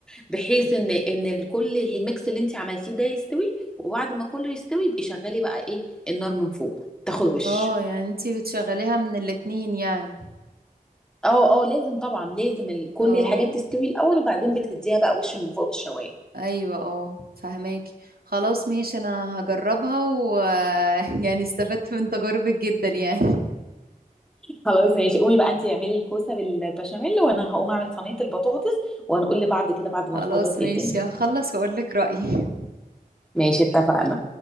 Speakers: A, in the centre; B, on the right.
A: بحيث ان ان الكل الميكس اللي انت عملتيه ده يستوي وبعد ما كله يستوي يبقي شغلي بقى ايه النار من فوق تاخد وش
B: اه يعني انت بتشغليها من الاتنين يعني
A: اه اه لازم طبعا لازم ال- كل
B: اه
A: الحاجات تستوي الاول وبعدين بتديها بقى وش من فوق بالشوايه
B: ايوه اه فهماكي خلاص ماشي انا هجربها ويعني <laughs> استفدت من تجاربك جدا يعني
A: خلاص ماشي قومي بقى انت اعملي الكوسه بالبشاميل وانا هقوم اعمل صينيه البطاطس وهنقول لبعض كده بعد
B: خلاص
A: ما نخلص ايه
B: ماشي
A: الدنيا
B: هخلص واقول لك رأيي
A: ماشي اتفقنا